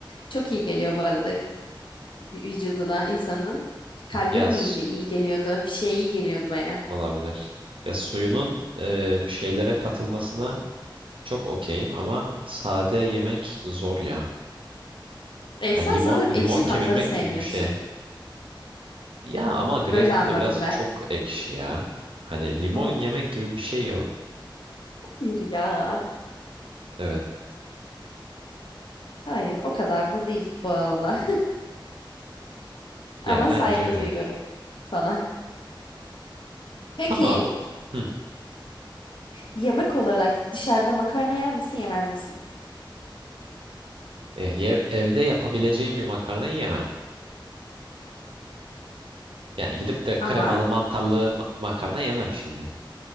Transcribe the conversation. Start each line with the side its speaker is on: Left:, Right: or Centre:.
Left: Çok iyi geliyor bu arada vücuduna insanın. Kalbe
Right: ya
Left: miydi?
Right: su-
Left: İyi geliyordu. Bir şeye iyi geliyordu baya.
Right: olabilir. Ya suyunun e, bir şeylere katılmasına çok okeyim ama sade yemek zor ya.
Left: E,
Right: Hani
Left: sen
Right: limon
Left: sanırım
Right: limon
Left: ekşi tatları
Right: kemirmek
Left: sevmiyorsun.
Right: gibi bir şey. Ya ama greyfurt
Left: Öyle anladım
Right: da biraz
Left: ben.
Right: çok ekşi ya. Hani limon
Left: Ama
Right: yemek gibi bir şey o.
Left: hayır ya.
Right: Evet.
Left: Hayır o kadar da değil bu arada. <laughs>
Right: Ya
Left: Ama
Right: bence
Left: saygı
Right: öyle.
Left: duyuyorum sana. Peki
Right: Tamam. Hı.
Left: yemek olarak dışarıda makarna yer misin yemez misin?
Right: E, ye- evde yapabileceğim bir makarnayı yemem. Yani gidip de kremalı
Left: Ama
Right: mantarlı ma- makarna yemem şimdi.